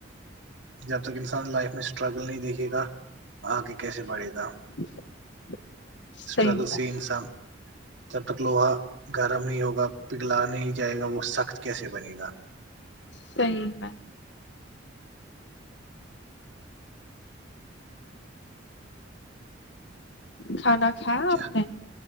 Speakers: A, on the right; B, on the left.
A: جب تک انسان لائف میں اسٹرگل نہیں دیکھے گا آگے کیسے بڑھے گا
B: <inaudible> صحیح
A: اسٹرگل
B: میں
A: سے ہی انسان جب تک لوہا گرم نہیں ہوگا پگھلا نہیں جائے گا وہ سخت کیسے بنے گا
B: صحیح ہے کھانا کھایا
A: کیا
B: آپ نے